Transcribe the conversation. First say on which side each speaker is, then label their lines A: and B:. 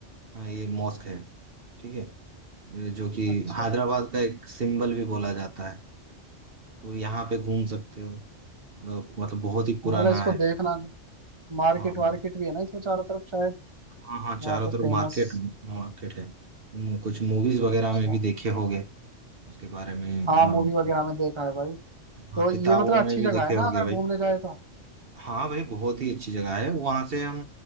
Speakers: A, on the right; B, on the right.
A: हाँ, ये मॉस्क है ठीक है ये जो कि
B: अच्छा
A: हैदराबाद का एक सिंबल भी बोला जाता है तो यहाँ पे घूम सकते हो अ, मतलब बहुत ही पुराना
B: मतलब इसको
A: है
B: देखना मार्केट
A: हाँ हाँ
B: वार्केट भी है ना इसमें चारों तरफ शायद
A: हाँ हाँ चारों
B: वहां पर
A: तरफ
B: फेमस
A: मार्केट मार्केट है हम्म, कुछ मूवीज वगैरह
B: अच्छा
A: में भी देखे होंगे उसके बारे में
B: हाँ
A: हाँ
B: मूवी
A: मतलब-
B: वगैरह में देखा है भाई
A: हाँ,
B: तो
A: किताबों
B: ये मतलब अच्छी
A: में भी
B: जगह
A: देखे
B: है ना
A: होंगे
B: अगर
A: भाई
B: घूमने जाए तो
A: हाँ भाई बहुत ही अच्छी जगह है वहां से हम